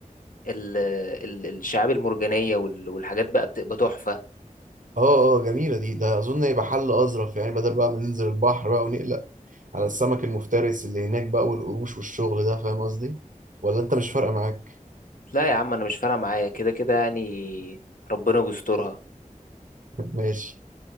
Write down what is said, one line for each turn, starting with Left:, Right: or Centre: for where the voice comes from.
Left: ال... ال... الشعاب المرجانية وال... والحاجات بقى بتبقى تحفة
Right: اه اه جميله دي ده اظن يبقى حل اظرف يعني بدل بقى ما ننزل البحر بقى ونقلق على السمك المفترس اللي هناك بقى والقروش والشغل ده فاهم قصدي ولا انت مش فارقه معاك
Left: لا يا عم انا مش فارقة معايا كده كده يعني ربنا بيسترها
Right: ماشي